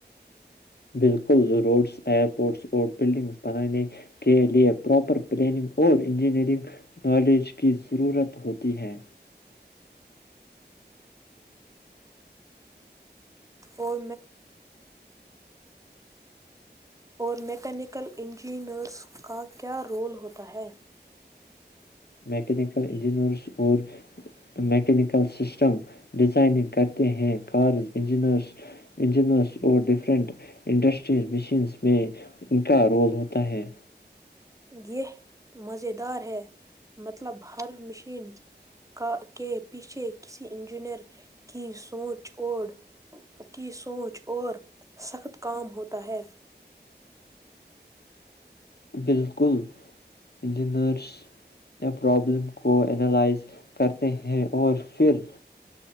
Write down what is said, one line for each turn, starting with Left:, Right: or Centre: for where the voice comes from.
Left: بالکل روڈز ائرپورٹس اور بلڈنگز بنانے کے لئے پراپر پلاننگ اور انجینئرنگ نالج کی ضرورت ہوتی ہے
Right: اور اور میکینیکل انجینئرز کا کیا رول ہوتا ہے
Left: میکینیکل انجینئرز اور میکینیکل سسٹم ڈیزائننگ کرتے ہیں کارز انجینئرس اور ڈفرنٹ انڈسٹریز مشینس میں ان کا رول ہوتا ہے
Right: یہ مزیدار ہے مطلب ہر مشین کا کے پیچھے کسی انجینئر کی سوچ اور کی سوچ اور سخت کام ہوتا ہے
Left: بالکل انجینئرسیا پرابلم کو اینالائز کرتے ہیں اور پھر